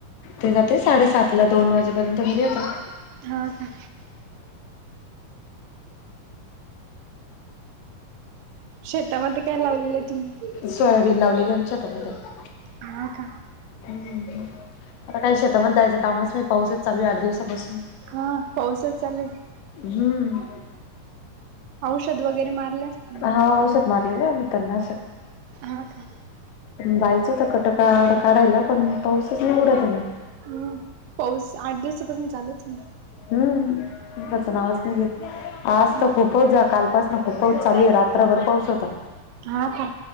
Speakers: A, on the left; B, on the right.
A: तर साडेसात ला दोन वाजेपर्यंत घरी येतात.
B: हा का. शेतामध्ये काय लावलेलं आहे तुम्ही?
A: सोयाबीन लावलेले आमच्या शेतामध्ये.
B: हा का
A: हम आता काही शेतामध्ये जायचं कामच नाही पाऊसच चालू आहे आठ दिवसापासून.
B: हा पाऊसच चालू आहं.
A: हम्म
B: औषध वगैरे मारले असतील ना.
A: हा पा मारलेले आणि त्यांना असं
B: हा का.
A: बाईचं टकाटका रक्त काढायला पण पाऊसच नाही उघडत आहे ना.
B: हम्म पाऊस आठ दिवसापासून चालूचं आहं.
A: हम्म बस होयाचं नावाचं नाही घेतलं. आज
B: हम्म
A: तर खूपच कालपासनं खूपच पाऊस चालू आहे रात्रभर पाऊस होता.
B: हा का